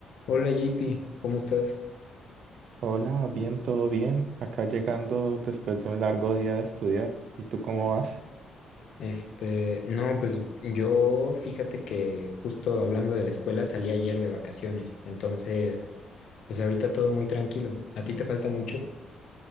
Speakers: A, on the left; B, on the right.
A: Hola JP, ¿cómo estás?
B: Hola, bien, todo bien. Acá llegando después de un largo día de estudiar. ¿Y tú cómo vas?
A: Este, no, pues yo fíjate que justo hablando de la escuela salí ayer de vacaciones, entonces, pues ahorita todo muy tranquilo. ¿A ti te falta mucho?